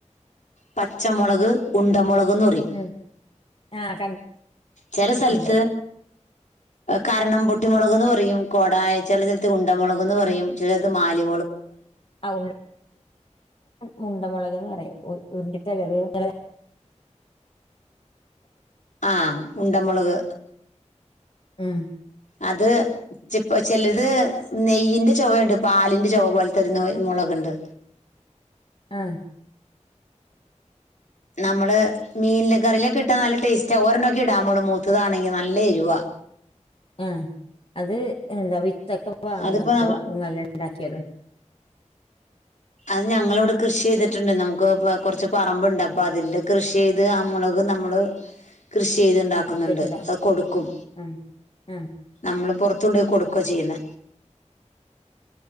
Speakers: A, on the left; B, on the left.
A: പച്ചമുളക് ഉണ്ടമുളക് എന്ന് പറയും
B: ഉം ആഹ്
A: ചില
B: കണ്ടിട്ടുണ്ട്
A: സ്ഥലത്ത് കരണം പൊട്ടമുളക്ന്ന് പറയും കോട ചില ചർത്ത് ഗുണ്ട മുളക്ന്ന് പറയും ചില സ്ഥലത്ത് മാലി
B: ആ ഉ മുണ്ടമുളക്ന്ന് പറയും ഉരുണ്ടിട്ടല്ലേ അത്
A: ആ ഉണ്ട മുളക്
B: ആഹ
A: അത് ച ചിലത് നെയ്യിന്റെ ചുവവുണ്ട് പാലിന്റെ ചുവ പോലെ തരുുന്ന മുളകുണ്ട്
B: ആഹ്
A: നമ്മള് മീനില് കറിലൊക്കെ ഇട്ടാ നല്ല ടേസ്റ്റാ ഒരെണ്ണം ഒക്കെ നമ്മൾ ഇടാ്പോളും മൂത്തതാണെങ്കിൽ നല്ല എരുവ
B: ആഹ അത് എന്താ വി തക്കെ വങ്ങതോ
A: അതിപ്പോൾ നമ്മൾ
B: നിങ്ങല്ലാം ഉണ്ടാക്കിയത്
A: അത് ഞങ്ങിവിടെ കൃഷി ചെയ്തിട്ടുണ്ട് നമുക്ക് കുറച്ച് പറമ്പുണ്ട് അപ്പ അതില് കൃഷി ചെയ്ത് ആ മുളക് നമ്മള് കൃഷി ചെയ്തുണ്ടാക്കുന്നുണ്ട്
B: ആഹ് എടുത്തിട്ടുണ്ടോ
A: അത് കൊടുക്കും
B: ആഹ് ആഹ്
A: നമ്മൾ പുൊറത്തുണ്ട കൊടുക്ക ചെയ്യുന്ന